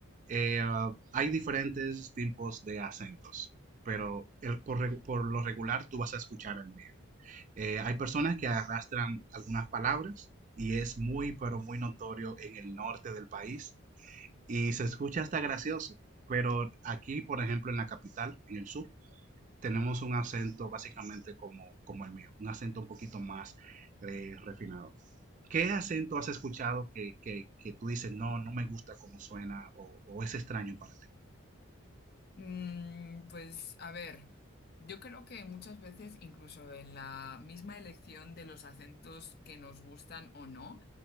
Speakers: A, on the right; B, on the left.
A: eh, hay diferentes tipos de acentos, pero el- por, regu- por lo regular tú vas a escuchar el mío. Eh, hay personas que arrastran algunas palabras y es muy, pero muy notorio en el norte del país y se escucha hasta gracioso, pero aquí, por ejemplo, en la capital, en el sur, tenemos un acento básicamente como, como el mío, un acento un poquito más eh, refinado. ¿Qué acento has escuchado que, que, que, tú dices, no, no me gusta cómo suena o, o es extraño para ti?
B: Mm, pues a ver, yo creo que muchas veces, incluso en la misma elección de los acentos que nos gustan o no,